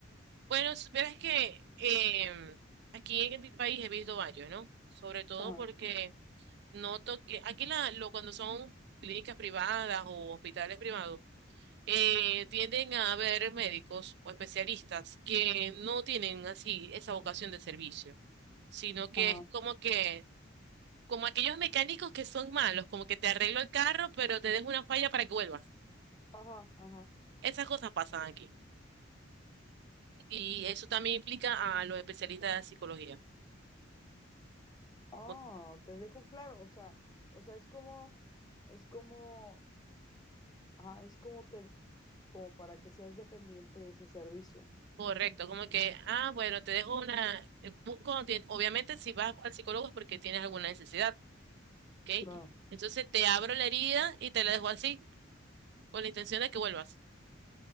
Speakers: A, on the right (about 60°); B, on the left (about 20°).
A: bueno, supieras que em, aquí en mi país he visto varios, ¿no? Sobre todo
B: Ajá,
A: porque noto que aquí la, lo, cuando son clínicas privadas o hospitales privados, eh, tienden a haber médicos o especialistas que no tienen así esa vocación de servicio, sino que
B: ajá.
A: es como que, como aquellos mecánicos que son malos, como que te arreglo el carro, pero te dejo una falla para que vuelvas.
B: Ajá, ajá.
A: Esas cosas pasan aquí. Y eso también implica a los especialistas de psicología.
B: Ah,
A: Como-
B: te dejo claro. O sea, o sea, es como, es como, ah, es como te, como para que seas dependiente de ese servicio.
A: correcto, como que, ah, bueno, te dejo una, eh, busco, ti- obviamente si vas al psicólogo es porque tienes alguna necesidad, ¿ok?
B: Claro.
A: Entonces te abro la herida y te la dejo así, con la intención de que vuelvas.